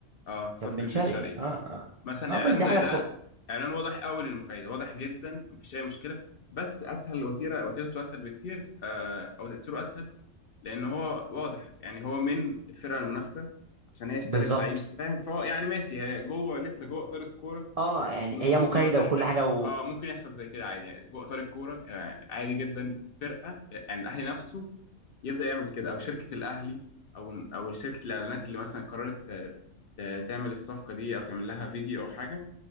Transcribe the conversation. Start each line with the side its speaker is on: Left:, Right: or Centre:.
Left: اه صفقة
Right: كان بن شرقي
Left: بن شرقي
Right: اه اه
Left: مثلا
Right: اه
Left: اعلان
Right: بس دي
Left: زي
Right: حاجه
Left: ده
Right: تخد
Left: اعلان واضح قوي للمكايدة واضح جدا مفيش اي مشكلة بس اسهل وتيرة وتيرته اسهل بكتير آه او تأثيره اسهل لان هو واضح يعني هو من الفرقة المنافسة عشان هي اشترت
Right: بالظبط
Left: لعيب فاهم فهو يعني ماشي هي جوه لسه جوه اطار الكورة
Right: اه يعني
Left: م-
Right: هي
Left: مم-
Right: مكايده
Left: ما هو تح-
Right: وكل
Left: تحسم
Right: حاجه و...
Left: اه ممكن يحصل زي كده عادي يعني جوه اطار الكوره يعني عادي جدا فرقه يعني الاهلي نفسه يبدا يعمل كده او شركه الاهلي او او شركه الاعلانات اللي مثلا قررت آه، ت- تعمل الصفقه دي او تعمل لها فيديو او حاجه